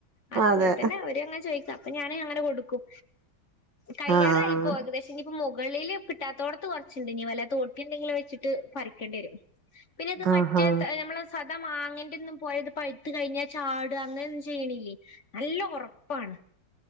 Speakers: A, on the left; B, on the right.
A: അതുപോലെ
B: അതെ
A: തന്നെ അവര് അങ്ങനെ ചോയിക്കും അപ്പ ഞാന് അങ്ങനെ കൊടുക്കും കയ്യാറായിപ്പോ
B: ആഹ്
A: ഏകദേശം ഇനിപ്പോ മോകളില് കിട്ടാത്തോടത്ത് കൊറച്ചുണ്ട് ഇനി വല്ല തോട്ടി എന്തെങ്കിലും വെച്ചിട്ട് പറിക്കേണ്ടി വരും പിന്നെ ഇത് മറ്റേ
B: ആഹാ
A: ത് നമ്മളെ സാധാ മാങ്ങേന്റെ ഒന്നും പോയത് പഴുത്ത് കഴിഞ്ഞാ ചാടുവാ അങ്ങനെയൊന്നും ചെയ്യണില്ലേ നല്ല ഒറപ്പാണ്